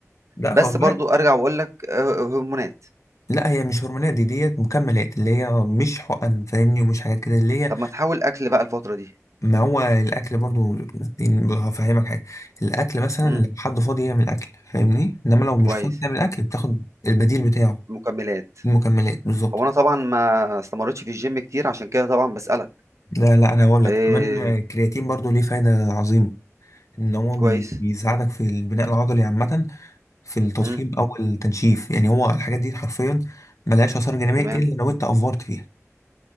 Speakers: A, on the left (about 70°); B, on the right (about 65°).
A: لا
B: بس
A: خد بالك
B: برضو أرجع وأقول لك آه، هرمونات
A: لا هي مش هرمونات دي ديت مكملات اللي هي مش حقن فاهمني ومش حاجات كده اللي هي
B: طب ما تحاول أكل بقى الفترة دي
A: ما هو الاكل برضو يعني هفهمك حاجه الاكل مثلا
B: امم
A: لو حد فاضي يعمل اكل فاهمني انما لو مش
B: كويس
A: فاضي تعمل اكل بتاخد البديل بتاعه
B: مكملات
A: المكملات بالظبط
B: هو أنا طبعا ما استمرتش في الجيم كتير عشان كده طبعا بسألك
A: لا لا انا هقول لك
B: إيه
A: كمان الكرياتين برضو ليه فايده عظيمه ان هو
B: كويس
A: بي- بيساعدك في البناء العضلي عامه في التضخيم
B: امم
A: او التنشيف يعني هو الحاجات دي حرفيا ملهاش اثار جانبيه
B: تمام
A: الا لو انت افورت فيها